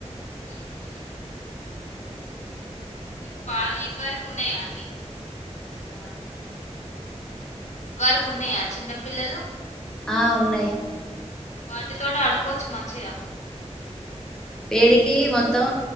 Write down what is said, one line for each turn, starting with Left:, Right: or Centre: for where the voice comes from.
Left: ఆహా మీకు పా ఇద్ వరకు ఉన్నాయా అండి
Centre: ఆ
Left: ఇది వరకు ఉన్నాయా చిన్నపిల్లలు
Centre: ఆ ఉన్నాయి
Left: వాటితోటి ఆడుకోచ్చు మంచిగ
Centre: వేడికి మొత్తం